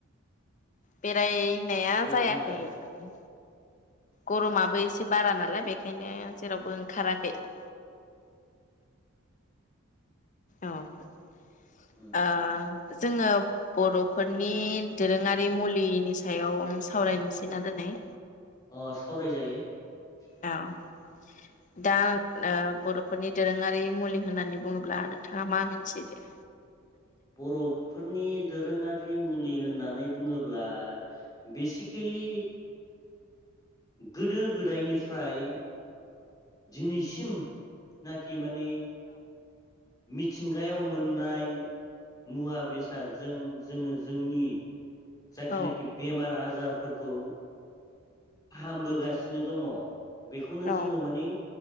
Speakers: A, on the left (about 35°); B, on the left (about 15°).
A: बेराय नाया
B: दे
A: जायाखै
B: बुंलाय
A: । गरमाबो एसे बारा नालाय बेखायनो जेरावबो ओंखाराखै । औ ।
B: उम
A: अ । जोङो बर'फोरनि दोरोङारि मुलिनि सायावनो सावरायनोसै ना दोनै ।
B: अ सावराय जायो ।
A: औ । दा आ बर'फोरनि दोरोङारि मुलि होननानै बुङोब्ला नोंथाङा मा मिथिदों?
B: बर'फोरनि दोरोङा रि मुलि होननानै बुङोब्ला बेसिकेलि गोदो गोदायनिफ्राय दिनैसिम नाखि माने मिथिंगायाव मोननाय मुवा बेसादजों जोङो जोंनि जाखिनाखि
A: औ
B: बेमार आजार खौ फाहामबोगासिनो दङ । बेखौनो जोङो
A: औ
B: माने